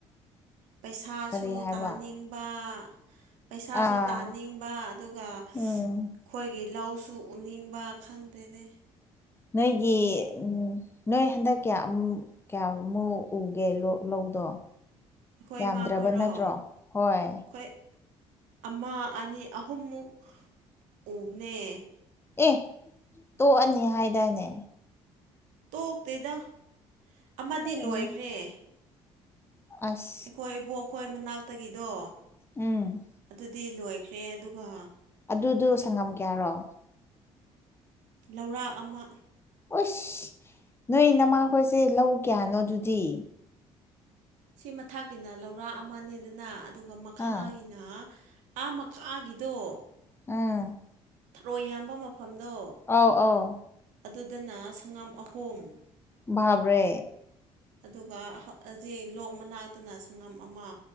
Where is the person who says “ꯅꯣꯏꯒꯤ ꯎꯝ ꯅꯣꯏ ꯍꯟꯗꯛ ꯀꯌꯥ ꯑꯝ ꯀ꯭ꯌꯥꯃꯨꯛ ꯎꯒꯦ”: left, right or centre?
Left